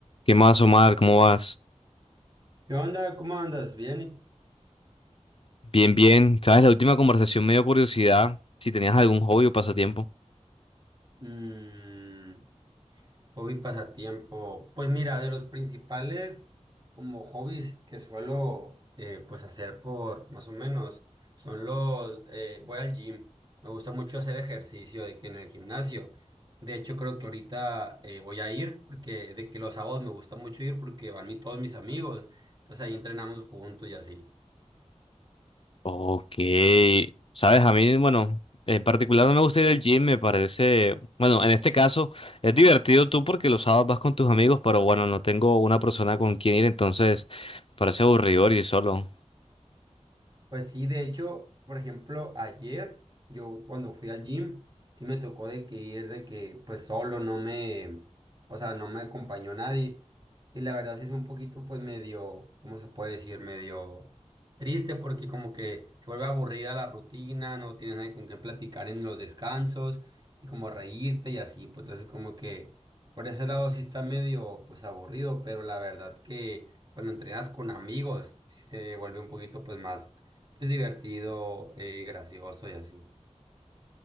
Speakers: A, on the left; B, on the right.
A: ¿Qué más, Omar? ¿Cómo vas?
B: ¿Qué onda? ¿Cómo andas? ¿Bien?
A: Bien, bien. ¿Sabes? La última conversación me dio curiosidad si tenías algún hobby o pasatiempo.
B: Mm, hobby pasatiempo. Pues mira, de los principales como hobbies que suelo eh, pues hacer por más o menos son los eh, voy al gym. Me gusta mucho hacer ejercicio de que en el gimnasio. De hecho, creo que ahorita eh, voy a ir porque de que los sábados me gusta mucho ir porque van mi- todos mis amigos. Entonces ahí entrenamos juntos y así.
A: Ok. ¿Sabes? A mí, bueno, en particular no me gusta ir al gym, me parece, bueno, en este caso es divertido tú porque los sábados vas con tus amigos, pero bueno, no tengo una persona con quien ir, entonces parece aburrido ir solo.
B: Pues sí, de hecho, por ejemplo, ayer yo cuando fui al gym, sí me tocó de que ir de que pues solo no me, o sea, no me acompañó nadie. Y la verdad sí es un poquito pues medio, ¿cómo se puede decir? Medio triste porque como que se vuelve aburrida la rutina, no tienes nadie con quien platicar en los descansos y como reírte y así, pues entonces como que por ese lado sí está medio pues aburrido, pero la verdad que cuando entrenas con amigos sí se vuelve un poquito pues más es divertido, eh, gracioso y así.